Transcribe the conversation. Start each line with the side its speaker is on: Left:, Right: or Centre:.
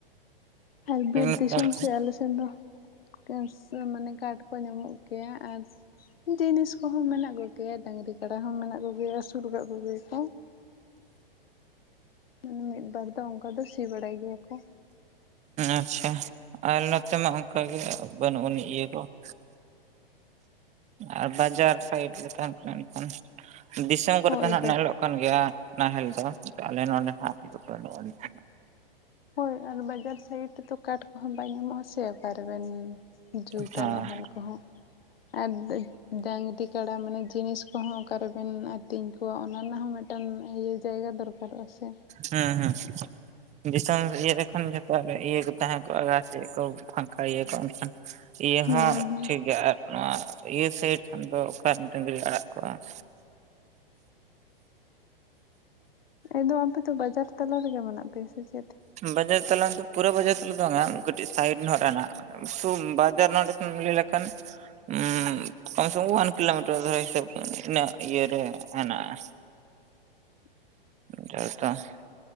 Left: ᱟᱞᱮ ᱵᱤᱨ
Right: ᱱᱚᱛᱮ
Left: ᱫᱤᱥᱚᱢ ᱥᱮᱫ, ᱟᱞᱮ <unintelligible> ᱢᱟᱱᱮ ᱠᱟᱨᱰ ᱠᱚ ᱧᱟᱢᱚᱜ ᱜᱮᱭᱟ ᱟᱨ ᱡᱤᱱᱤᱥ ᱠᱚᱦᱚᱸ ᱢᱮᱱᱟᱜ ᱠᱚᱜᱮᱭᱟ, ᱰᱟᱺᱜᱽᱨᱤ ᱠᱟᱰᱟ ᱦᱚᱸ ᱢᱮᱱᱟᱜ ᱠᱚᱜᱮᱭᱟ, ᱟᱹᱥᱩᱞ ᱟᱠᱟᱫ ᱠᱚᱜᱮᱭᱟᱠᱚ ᱾ ᱢᱟᱱᱮ ᱢᱤᱫ ᱵᱟᱨ ᱫᱚ ᱚᱸᱠᱟ ᱫᱚ ᱥᱤ ᱵᱟᱲᱟᱭ ᱜᱮᱭᱟ ᱠᱚ,
Right: ᱟᱪᱷᱟ, ᱟᱞᱚ ᱛᱟᱢᱟ ᱢᱟ ᱚᱱᱠᱟ ᱜᱮ, ᱵᱟᱹᱱᱩᱜ ᱟᱹᱱᱤᱡ ᱤᱭᱟᱹ ᱠᱚ ᱾ ᱟᱨ ᱵᱟᱡᱟᱨ ᱥᱟᱭᱤᱰ ᱨᱮ ᱛᱟᱦᱮᱸᱱ ᱥᱟᱱᱟᱭᱮᱫ ᱢᱮᱠᱷᱟᱱ ᱫᱤᱥᱚᱢ ᱠᱚᱨᱮ
Left: ᱦᱳᱭ
Right: ᱛᱚ ᱤᱱᱟᱹ
Left: ᱵᱟᱭ
Right: ᱦᱤᱞᱚᱜ ᱠᱟᱱ ᱜᱮᱭᱟ, ᱱᱟᱦᱮᱞ ᱫᱚ <unintelligible> ᱟᱞᱮ ᱱᱚᱰᱮ ᱦᱟᱸᱜ <unintelligible> ᱵᱟᱹᱱᱩᱜ ᱟᱹᱱᱤᱡ ᱦᱟᱸᱜ,
Left: ᱦᱳᱭ ᱾ ᱟᱨ ᱵᱟᱡᱟᱨ ᱥᱟᱭᱤᱰ ᱨᱮᱛᱚ ᱠᱟᱴ ᱠᱚᱦᱚᱸ ᱵᱟᱭ ᱧᱟᱢᱚᱜᱼᱟ, ᱥᱮ? ᱚᱠᱟ ᱨᱮᱵᱮᱱ ᱡᱩᱛᱻᱟ,
Right: ᱦᱮᱸ
Left: ᱱᱟᱜᱮᱞ ᱠᱚᱦᱚᱸ ᱟᱨ ᱰᱟᱺᱜᱽᱨᱤ ᱠᱟᱰᱟ ᱢᱟᱱᱮ ᱡᱤᱱᱤᱥ ᱠᱚᱦᱚᱸ ᱚᱠᱟᱨᱮᱵᱤᱱ ᱟᱹᱛᱤᱧ ᱠᱚᱣᱟ ᱚᱱᱟ ᱨᱮᱱᱟᱜ ᱦᱚᱸ ᱢᱤᱫ <unintelligible> ᱤᱭᱟᱹ ᱡᱟᱭᱜᱟ ᱫᱚᱨᱠᱟᱨᱚᱜᱼᱟ ᱥᱮ?
Right: ᱦᱮᱸ ᱦᱮᱸ ᱾ ᱫᱤᱥᱚᱢ ᱤᱭᱟᱹ ᱠᱷᱚᱱᱜᱮᱸ ᱛᱚ ᱤᱭᱟᱹ ᱠᱚ ᱛᱟᱦᱮᱸ ᱠᱚᱜᱼᱟ ᱾ ᱨᱟᱥᱴᱨᱟ ᱠᱚ ᱯᱷᱟᱝᱠᱟ ᱤᱭᱟᱹ ᱠᱚᱜᱼᱟ ᱾ ᱮᱱᱠᱷᱟᱱ ᱤᱭᱟᱹ
Left: ᱦᱩᱸ
Right: ᱦᱚᱸ
Left: ᱦᱩᱸ
Right: ᱴᱷᱤᱠ ᱜᱮᱭᱟ ᱟᱫᱮ‌ᱱᱟ ᱾ ᱤᱭᱟᱹ ᱥᱟᱭᱤᱰ ᱠᱷᱟᱱ ᱫᱚ, ᱚᱠᱟ <unintelligible> ᱰᱟᱹᱝᱨᱤ ᱟᱲᱟᱜ ᱠᱚᱜᱼᱟ ᱾
Left: ᱮᱫᱚ ᱟᱯᱮᱫᱚ ᱵᱟᱡᱟᱨ ᱛᱟᱞᱟ ᱨᱮᱜᱮ ᱢᱮᱱᱟᱜ ᱯᱮᱭᱟ ᱥᱮ ᱪᱮᱫ?
Right: ᱵᱟᱡᱟᱨ ᱛᱟᱞᱟ ᱫᱚ, ᱯᱩᱨᱟᱹ ᱵᱟᱡᱟᱨ ᱛᱟᱞᱟ ᱫᱚ ᱵᱟᱝᱻᱟ? ᱠᱟᱹᱴᱤᱡ ᱥᱟᱭᱤᱰ ᱨᱮᱱᱟᱜ ᱥᱩᱱ <unintelligible> ᱱᱚᱰᱮ ᱠᱤᱱ ᱩᱞᱮᱞ ᱟᱠᱟᱱ ᱾ ᱩᱸᱼ ᱠᱚᱢ ᱥᱮ <unintelligible> ᱠᱚᱢ ᱚᱣᱟᱱ ᱠᱤᱞᱳᱢᱤᱴᱟᱨ ᱫᱚᱨᱟ ᱦᱤᱥᱟᱹᱵ ᱤᱱᱟᱹᱜ ᱤᱭᱟᱹ ᱨᱮ ᱦᱮᱱᱟᱜᱼᱟ ᱾
Left: <unintelligible>
Right: ᱛᱚ <unintelligible>